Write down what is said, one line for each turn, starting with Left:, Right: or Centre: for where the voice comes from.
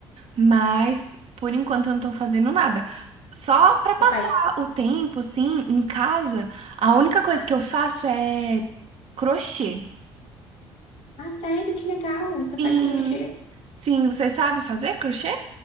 Right: Mas por enquanto eu não tô fazendo nada. Só pra
Left: Você
Right: passar
Left: faz,
Right: o tempo, assim, em casa, a única coisa que eu faço é crochê.
Left: ah, sério, que legal, você faz
Right: Sim,
Left: crochê.
Right: Sim, você sabe fazer crochê?